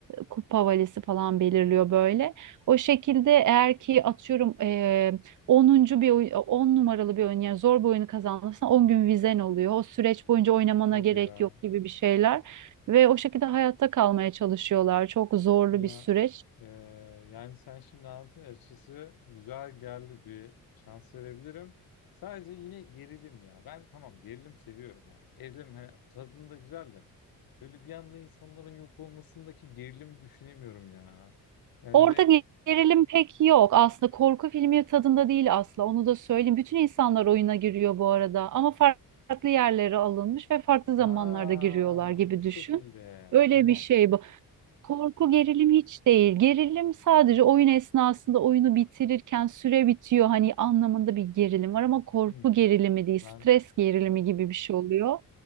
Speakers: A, on the right; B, on the left.
A: kupa valesi falan belirliyor böyle. O şekilde eğer ki atıyorum Onuncu bir oyun, 10 numaralı bir oyun yani zor bir oyunu kazanırsan 10 gün vizen oluyor. O süreç boyunca oynamana
B: Hadi
A: gerek
B: ya.
A: yok gibi bir şeyler ve o şekilde hayatta kalmaya çalışıyorlar. Çok zorlu
B: Ya
A: bir süreç.
B: e, yani sen şimdi anlatınca açıkçası güzel geldi bir şans verebilirim. Sadece yine gerilim ya. Ben tamam gerilim seviyorum yani. Gerilim hani, tadında güzel de. Böyle bir anda insanların yok olmasındaki gerilimi düşünemiyorum ya. Yani
A: Orada
B: direkt
A: ge- gerilim pek yok. Aslında korku filmi tadında değil asla. Onu da söyleyeyim. Bütün insanlar oyuna giriyor bu arada ama farklı yerlere alınmış ve farklı zamanlarda
B: ha
A: giriyorlar gibi
B: o şekilde
A: düşün. Öyle
B: tamam.
A: bir şey Korku gerilim hiç değil. Gerilim sadece oyun esnasında oyunu bitirirken süre bitiyor hani anlamında bir gerilim var ama korku
B: Hmm,
A: gerilimi değil,
B: ben
A: stres gerilimi gibi bir şey oluyor.